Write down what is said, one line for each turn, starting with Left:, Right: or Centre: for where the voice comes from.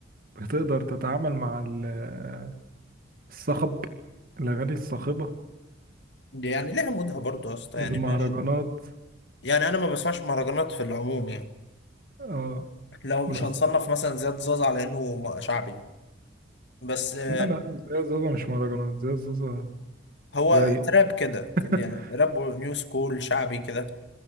Right: بتقدر تتعامل مع ال- آه، الصخب الاغاني الصاخبه
Left: دي يعني ليها مودها برضه يا اسطى
Right: المهرجانات
Left: يعني ماشي يعني انا ما بسمعش مهرجانات في العموم يعني
Right: اه
Left: لو
Right: بس
Left: مش هنصنف مثلا زياد زازا على انه م- شعبي يعني بس آه،
Right: لا لا زي زوزة مش مهرجانات زي زوزة
Left: هو
Right: رايق
Left: تراب كده يعني
Right: كده <laughs>
Left: راب نيو سكول شعبي كده